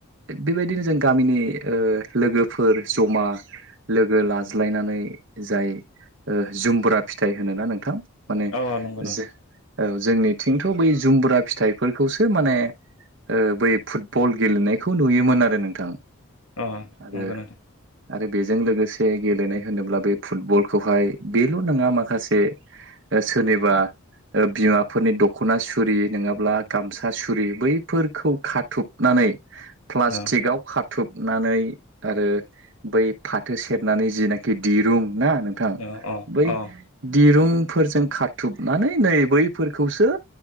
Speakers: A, on the right; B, on the left.
A: बेबायदिनो जों गामिनि ओ लोगोफोर जमा लोगो लाज्लायनानै जाय जुमबुरा फिथाइ होनोना नोंथां माने
B: औ नंगौ नंगौ
A: जो ओ जोंनिथिंथ बै जुमबुरा फिथाइफोरखौसो माने बै फुटबल गेलेनायखौ नुयोमोन आरो नोंथां
B: अ
A: आरो
B: नंग नोंथां
A: आरो बेजों लोगोसे गेलेनाय होनोब्ला बे फुटबलखौहाय बेल' नङा माखासे सोरनिबा बिमाफोरनि दख'ना सुरि नङाब्ला गामसा सुरि बैफोरखौ खाथुबनानै प्लास्टिकआव
B: अ
A: खाथुबनानै आरो बै फाथो सेरनानै जिनाखि दिरुं ना नोंथां
B: अ अ
A: बै
B: अ
A: दिरुं फोरजों खाथुबनानै नै बैफोरखौसो